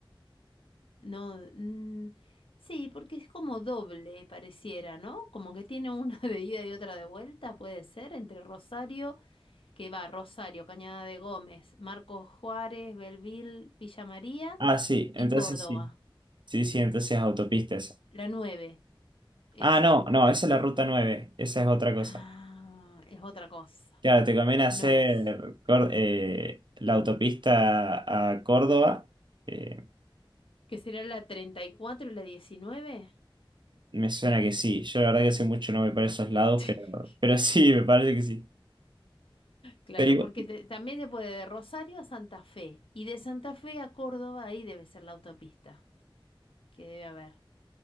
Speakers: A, on the left; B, on the right.
A: No, mm, sí, porque es como doble, pareciera, ¿no? Como que tiene una <laughs> de ida y otra de vuelta, puede ser, entre Rosario, que va Rosario, Cañada de Gómez, Marcos Juárez, Belville, Villa María
B: Ah, sí,
A: y
B: entonces
A: Córdoba.
B: sí. Sí, sí, entonces es autopista esa.
A: La nueve, eso.
B: Ah, no, no, esa es la ruta 9. esa es otra cosa.
A: Ah, es otra cosa.
B: Claro, te conviene hacer
A: No es.
B: Cor- eh, la autopista a Córdoba. Eh,
A: ¿Que será la treinta y cuatro y la 19?
B: me suena que sí. Yo la verdad que hace mucho no voy para esos lados,
A: <laughs>
B: pero, pero sí, <laughs> me parece que sí.
A: Claro,
B: Pero igual,
A: porque te- también se puede de Rosario a Santa Fe y de Santa Fe a Córdoba, ahí debe ser la autopista. que debe haber.